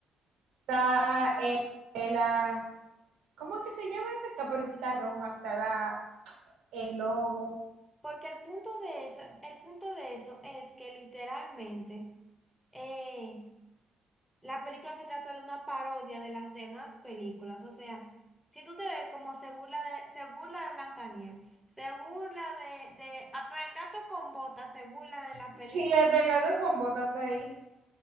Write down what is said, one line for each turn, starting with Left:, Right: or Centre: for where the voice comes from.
Right: está eh, eh, la, ¿cómo es que se llama esta? Caperucita Roja, está la, el lobo.
Centre: Porque el punto de eso, el punto de eso es que literalmente eh, La película se trata de una parodia de las demás películas. O sea, si tú te ves como se burla de, se burla de Blancanieves, se burla de, de hasta del gato con botas se burla en la
Right: Sí,
Centre: película.
Right: hasta el gato con botas está ahí.